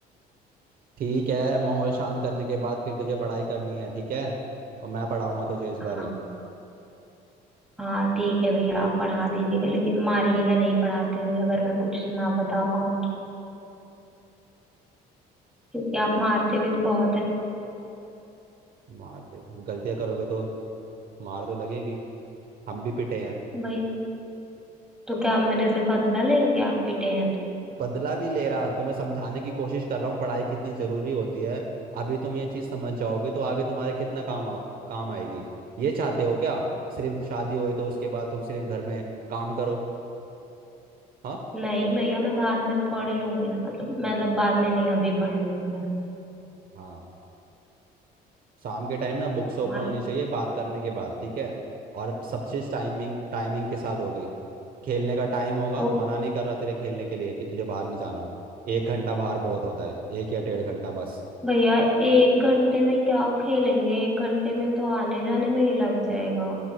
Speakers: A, on the right; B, in the centre.
A: ठीक है माहौल शांत करने के बाद फिर तुझे पढ़ाई करनी है ठीक है और मैं पढ़ाऊंगा तुझे इस बार
B: हाँ
A: ही
B: हाँ ठीक है भैया आप पढ़ा दीजिएगा लेकिन मारिएगा नहीं पढ़ाते हुए अगर मैं कुछ ना बता पाऊँ तो क्योंकि आप मारते भी तो बहुत है
A: मारते गलतियाँ करोगे तो मार तो लगेगी हम भी पिटे हैं
B: भैया तो क्या आप मेरे से बदला लेंगे आप पिटे हैं तो
A: बदला नहीं ले रहा तुम्हें समझाने की कोशिश कर रहा हूँ पढ़ाई कितनी जरूरी होती है अभी तुम ये चीज समझ जाओगे तो आगे तुम्हारे कितना काम आ, काम आएगी ये चाहते हो क्या सिर्फ शादी होए तो उसके बाद तुम सिर्फ घर में काम करो हाँ
B: नहीं भैया मैं बाद में पढ़ लूंगी ना मतलब मतलब बाद में नहीं अभी पढ़ लूंगी मैं
A: हाँ शाम के टाइम ना बुक्स
B: हाँ
A: ओपन होनी चाहिए बात करने के बाद ठीक है और सब चीज टाइमिंग टाइमिंग के साथ होगी खेलने का टाइम होगा
B: वो
A: मना नहीं कर रहा तेरे खेलने के लिए कि तुझे बाहर नहीं जाना एक घंटा बाहर बहुत होता है एक या डेढ़ घंटा बस
B: भैया एक घंटे में क्या खेलेंगे एक घंटे में तो आने जाने में ही लग जाएगा